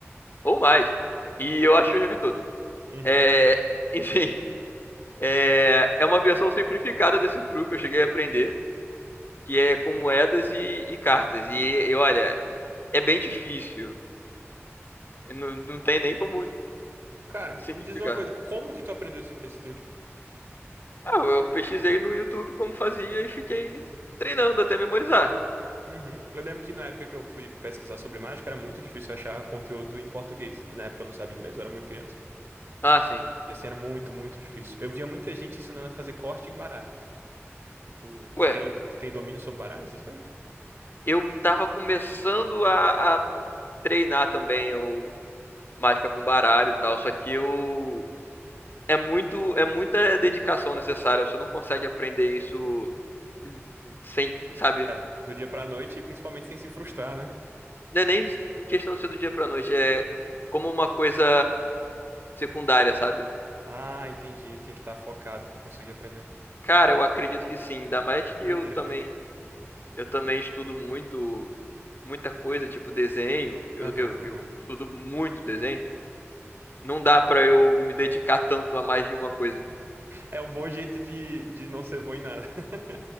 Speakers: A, on the left (about 45°); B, on the right (about 55°).
A: Ou mais. E eu acho que eu já vi todos.
B: Uhum.
A: É, <laughs> enfim, é, é uma versão simplificada desse truque que eu cheguei a aprender, que é com moedas e, e cartas. E, e olha, é bem difícil. Não, não tem nem como
B: Cara,
A: simplificar.
B: me diz uma coisa, como que tu aprendeu esse, esse truque?
A: Ah, eu pesquisei no YouTube como fazia e fiquei treinando até memorizar.
B: Uhum. Eu lembro que na época que eu fui pesquisar sobre mágica, era muito difícil achar conteúdo em português. E na época eu não sabia inglês, eu era muito criança.
A: Ah, sim.
B: E assim, era muito, muito difícil. Eu via muita gente ensinando a fazer corte em baralho. E tu, tu
A: Ué,
B: tem, tu tem domínio sobre baralho, essas coisas?
A: eu tava começando a, a treinar também o Mágica com baralho e tal, só que eu é muito, é muita dedicação necessária. Você não consegue aprender isso sem, sabe?
B: É, do dia pra noite e principalmente sem se frustrar, né?
A: Não é nem em questão de ser do dia pra noite, é como uma coisa secundária, sabe?
B: Ah, entendi. Tem que estar focado pra conseguir aprender.
A: Cara, eu acredito que sim, ainda mais que
B: Doideira,
A: eu também,
B: velho.
A: eu também estudo muito, muita coisa, tipo desenho. Eu,
B: Aham,
A: eu,
B: aham.
A: eu estudo muito desenho. Não dá pra eu me dedicar tanto a mais de uma coisa.
B: É um bom jeito de, de não ser bom em nada. <laughs>